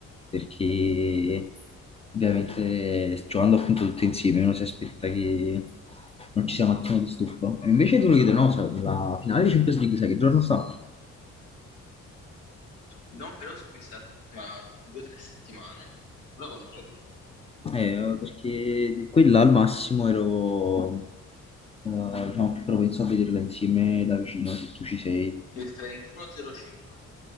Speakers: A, on the left; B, on the left.
A: perché ovviamente giocando appunto tutti insieme uno si aspetta che non ci sia un attimo di stop. E invece ti volevo chiedere, no, sai, la finale di Champions League, sai che giorno sta?
B: No, però so che sta tra due o tre settimane. Ora controllo.
A: Eh, perché quella al massimo ero, eh, diciamo, più propenso a vederla insieme da vicino, se tu ci sei.
B: Il 31.05.